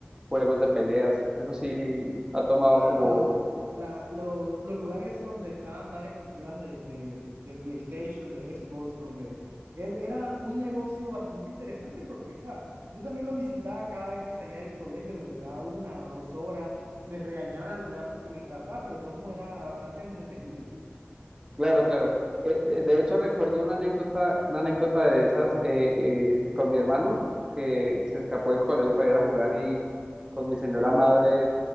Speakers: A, on the right (about 20°); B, on the right (about 80°).
A: juegos de peleas. Eso sí ha tomado
B: Sí, claro,
A: como
B: los, la, los, los lugares donde estaban varias consolas de, de, de PlayStation, de Xbox, donde era, era un negocio bastante interesante porque, o sea, yo también lo visitaba cada vez que salía del colegio, me duraba una o dos horas, me regañaban al llegar porque me tardaba, pero de todos modos era bastante entretenido.
A: Claro, claro. Eh, de, de hecho, recuerdo una anécdota, una anécdota de esas eh, eh, con mi hermano que se escapó del colegio para ir a jugar y con mi señora madre